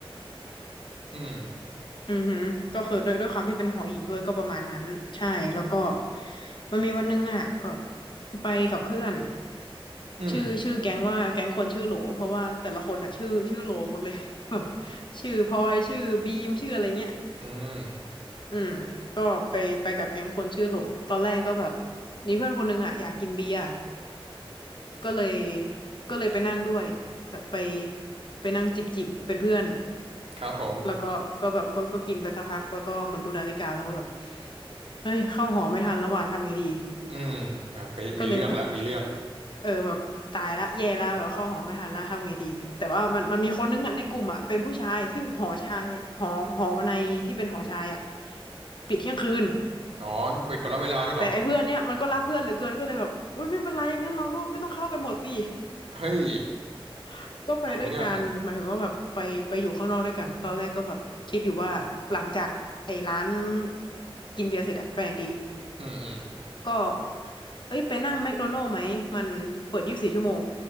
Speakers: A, on the right (about 85°); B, on the left (about 55°).
A: อืม
B: อือหือก็คือด้วยด้วยความที่เป็นหออีกด้วยก็ประมาณนั้นใช่แล้วก็มันมีวันหนึงอ่ะแบบไปกับเพื่อน
A: อืม
B: ชื่อชื่อแก๊งว่าแก๊งคนชื่อโหลเพราะว่าแต่ละคนอ่ะชื่อชื่อโหลหมดเลย <laughs> แบบชื่อพลอยชื่อบีมชื่ออะไรเงี้ย
A: อืม
B: อืมก็ไปไปกับแก๊งคนชื่อโหลตอนแรกก็แบบมีเพื่อนคนหนึงอ่ะอยากกินเบียร์ก็เลยก็เลยไปนั่งด้วยแบบไปไปนั่งจิบจิบเป็นเพื่อน
A: ครับผม
B: แล้วก็ก็แบบก็ก็กินไปสักพักแล้วก็เหมือนดูนาฬิกาแล้วก็แบบเฮ้ยเข้าหอไม่ทันแล้วว่ะทำไงดี
A: อืมอ่าไปมีเรื่องแล้วมีเรื่อง
B: ก็เลยแบบเออแบบตายละแย่ละแบบเข้าหอไม่ทันละทำไงดีแต่ว่ามันมันมีคนนึงอ่ะในกลุ่มอ่ะเป็นผู้ชายซึ่งหอชายอ่ะหอหอวันในที่เป็นหอชายอ่ะปิดเที่ยงคืน
A: อ๋อเปิดก่อนแล้วเวลาด้วยเหรอ
B: แต่ไอ้เพื่อนเนี้ยมันก็รักเพื่อนเหลือเกินก็เลยแบบอุ้ยไม่เป็นไรงั้นเราก็ไม่ต้องเข้ากันหมดสิ
A: เฮ้ย
B: <laughs> ก็ไปด้วยกันหมายถึงว่าแบบไปไปอยู่ข้างนอกด้วยกันตอน
A: เอาเรื่อง
B: คิดอยู่ว่าหลังจากไอ้ร้านกินเบียร์เสร็จอะไปไหนดี
A: อืมอืม
B: ก็เอ้ยไปนั่งแมคโดนัลด์ไหม มันเปิดยี่สิบสี่ชั่วโมง